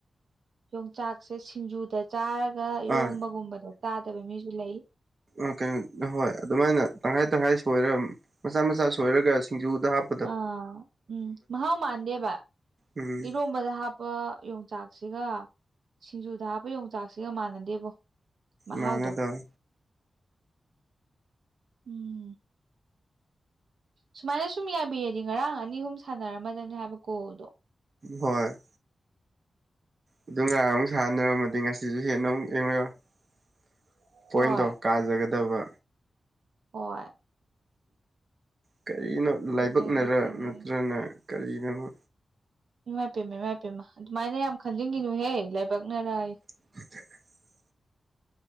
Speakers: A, on the right (about 75°); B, on the right (about 45°).
A: ꯌꯣꯡꯆꯥꯛꯁꯦ ꯁꯤꯡꯖꯨꯗ ꯆꯥꯔꯒ ꯏꯔꯣꯝꯕꯒꯨꯝꯕꯗ
B: ꯑꯥ
A: ꯇꯥꯗꯕ ꯃꯤꯖꯨ ꯂꯩ
B: ꯑ ꯀꯩꯅꯣ ꯍꯣꯏ ꯑꯗꯨꯃꯥꯏꯅ ꯇꯪꯈꯥꯏ ꯇꯪꯈꯥꯏ ꯁꯣꯏꯔ ꯃꯆꯥ ꯃꯆꯥ ꯁꯣꯏꯔꯒ ꯁꯤꯡꯖꯨꯗ ꯍꯥꯞ
A: ꯑꯥ ꯎꯝ ꯃꯍꯥꯎ ꯃꯥꯟꯗꯦꯕ
B: ꯎꯝ
A: ꯏꯔꯣꯝ ꯨꯕꯗ ꯍꯥꯞꯄ ꯌꯣꯡꯆꯥꯛꯁꯤꯒ ꯁꯤꯡꯖꯨꯗ ꯍꯥꯞꯄ ꯌꯣꯡꯆꯥꯛꯁꯤꯒ ꯃꯥꯟꯅꯗꯦꯕꯣ ꯃꯍꯥꯎꯗꯣ
B: ꯃꯥꯟꯅꯗꯕꯅꯤ
A: ꯎꯝ ꯁꯨꯃꯥꯏꯅ ꯁꯨꯝ ꯌꯥꯕꯤꯔꯗꯤ ꯉꯔꯥꯡ ꯑꯅꯤ ꯑꯍꯨꯝ ꯁꯥꯟꯅꯔꯝꯃꯗꯕꯅꯦ ꯍꯥꯏꯕ ꯀꯣꯜꯗꯣ꯫
B: ꯍꯣꯏ ꯑꯗꯨ ꯉꯔꯥꯡꯃꯨꯛ ꯁꯥꯟꯅꯔꯝꯃꯗꯤ ꯉꯁꯤꯁꯨ ꯍꯦꯟꯅ ꯑꯃꯨꯛ <unintelligible> ꯄꯣꯏꯟꯗꯣ꯫
A: ꯍꯣꯏ
B: ꯀꯥꯖꯒꯗꯕ꯫
A: ꯍꯣꯏ
B: ꯀꯔꯤꯅꯣ ꯂꯥꯏꯕꯛꯅꯔ
A: ꯑꯗꯒꯤꯗꯤ
B: ꯅꯠꯇ꯭ꯔꯅ ꯀꯔꯤꯅꯣꯝꯃ
A: ꯏꯃꯥꯏ ꯄꯦꯝꯃ ꯏꯃꯥꯏ ꯏꯄꯦꯝꯃ ꯑꯗꯨꯃꯥꯏꯅ ꯌꯥꯝ ꯈꯟꯖꯤꯟꯒꯤꯅꯨꯍꯦ ꯂꯥꯏꯕꯛꯅꯔꯥꯑꯦ꯫
B: <inaudible>